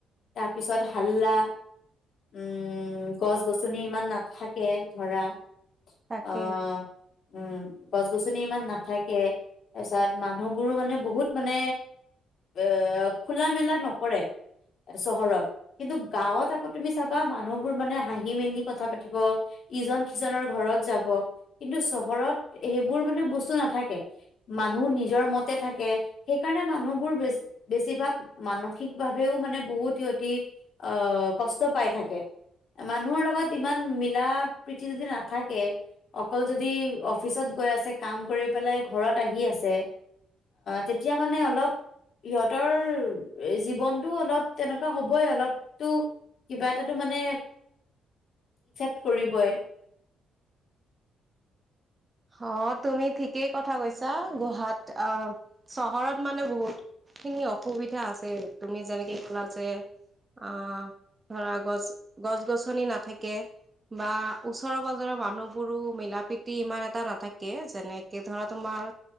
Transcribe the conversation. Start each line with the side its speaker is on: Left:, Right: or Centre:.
Left: তাৰপিছত হাল্লা উম গছ গছনি ইমান নাথাকে ধৰা
Right: তাকেই
Left: অ উম গছ গছনি ইমান নাথাকে তাৰপিছত মানুহবোৰো মানে বহুত মানে এ খোলা মেলা নকৰে চহৰত কিন্তু গাঁৱত আকৌ তুমি চাবা মানুহবোৰ মানে হাঁহি মেলি কথা পাতিব ইজন সিজনৰ ঘৰত যাব কিন্তু চহৰত সেইবোৰ মানে বস্তু নাথাকে মানুহ নিজৰ মতে থাকে সেইকাৰণে মানুহবোৰ বেছিভাগ মানসিক ভাৱেও মানে বহুত সিহতি আহ কষ্ট পাই থাকে মানুহৰ লগত ইমান প্ৰ যদি নাথাকে অকল যদি অফিচত গৈ আছে কাম কৰি পেলাই ঘৰত আহি আছে তেতিয়া মানে অলপ সিহঁতৰ জীৱনটো অলপ তেনেকুৱা হ'বই অলপো কিবা এটাটো মানে ফৰিবই
Right: অ তুমি ঠিকেই কথা কৈছা গহাত অ চহৰত মানে বহুত খিনি অসুবিধা আছে তুমি যেনেকে ফলা যে অ ধৰা গছ গছ গছনি নাথাকে বা ওচৰ পাজৰৰ মানুহবোৰো মিলা প্ৰীতি ইমান এ এটা নাথাকে যেনেকে ধৰা তোমাৰ